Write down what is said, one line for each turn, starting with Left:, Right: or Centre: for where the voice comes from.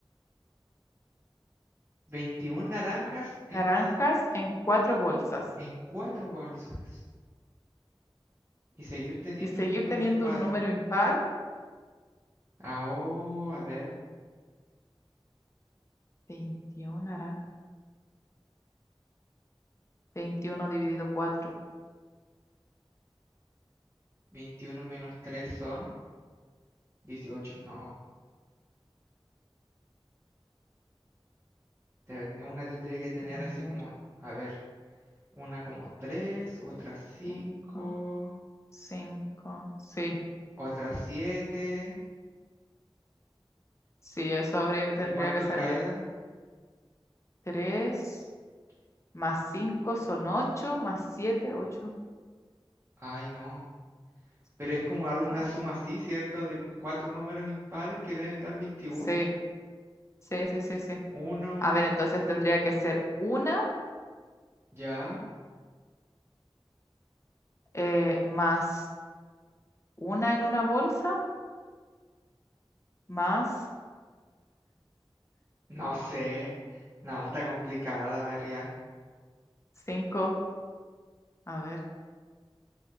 Right: 21 naranjas en
Left: Naranjas
Right: cada,
Left: en cuatro bolsas
Right: en cuatro bolsas. y seguir teniendo
Left: y seguir
Right: un número
Left: teniendo
Right: impar.
Left: un número impar,
Right: Ah, oh, a ver,
Left: 21 naranjas. veintiuno dividido cuatro
Right: 21 menos 3 son dieciocho No, ten- una tendría que tener
Left: A
Right: así
Left: ver,
Right: como, a ver, una como tres otra cinco
Left: cinco, cinco, sí,
Right: otra siete
Left: sí, eso habría que, tendría
Right: ¿Y cuánto
Left: que ser,
Right: queda?
Left: a ver, tres
Right: S-
Left: más cinco son ocho, más siete, ocho,
Right: Ay, no. Pero
Left: quince,
Right: es como alguna
Left: seis,
Right: suma
Left: siete.
Right: así, ¿cierto? De cuatro números impares que deben dar veintiuno
Left: Sí, sí, sí, sí, sí.
Right: Uno,
Left: A ver, entonces tendría que ser una
Right: ya.
Left: eh, más una en una bolsa, más
Right: No sé. No, está complicada. A ver, ya.
Left: cinco, a ver,